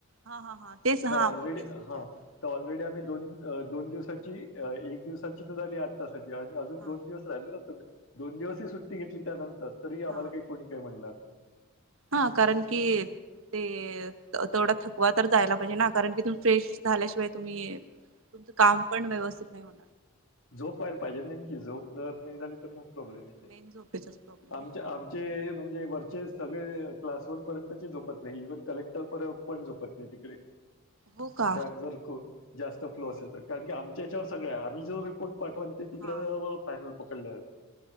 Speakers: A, on the right; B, on the left.
A: हा हा हा तेच हा
B: तर ऑलरेडी
A: तेच विचारलं
B: हा ऑलरेडी आम्ही दोन दोन दिवस एक दिवसाची झाली आठ ताची अजून
A: हा
B: दोन दिवस राहिल ना. तर दोन दिवसही सुट्टी घेतली त्यानंतर तरी
A: हा
B: आम्हाला काही कोणी काही म्हणणार नाही.
A: हा कारण की ते तेवढा थकवा तर जायला पाहिजे ना कारण कि तुम्ही फ्रेश झाल्याशिवाय तुम्ही तुमचं काम पण व्यवस्थित नाही हो
B: झोपायला पाहिजे नेमकी झोपलं नाही
A: हा
B: झाली तर मक प्रॉब्लेम येते.
A: मेन झोपेचाच प्रॉब्लेम
B: आमचे
A: आहे
B: आमचे म्हणजे वरचे सगळे क्लास वन पर्यंतची झोपत नाही इव्हन कलेक्टर पण झोपत नाही तिकडे
A: हो का
B: डॅम जर खू जास्त फ्लो असेल तर कारण की आमच्या याच्यावर सगळे आम्ही जर रिपोर्ट पाठवण ते तिकडे
A: हा
B: फायनल पकडले जाते.